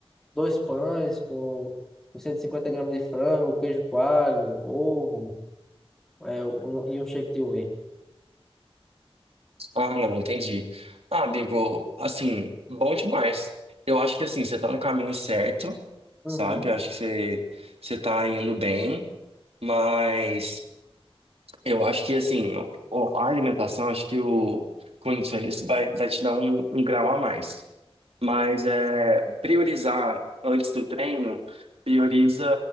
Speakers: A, in the centre; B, on the right (about 70°).
A: dois pães com com 150 gramas de frango, queijo coalho, ovo, é, um, e um shake de whey.
B: Ah, não, entendi. Ah, amigo, assim, bom demais. Eu acho que, assim, você tá no caminho certo,
A: Uhum,
B: sabe? Eu acho que você, você tá indo bem, mas... Eu acho que assim, o- a alimentação, acho que o com isso vai, vai te dar um, um grau a mais. Mas é priorizar antes do treino, prioriza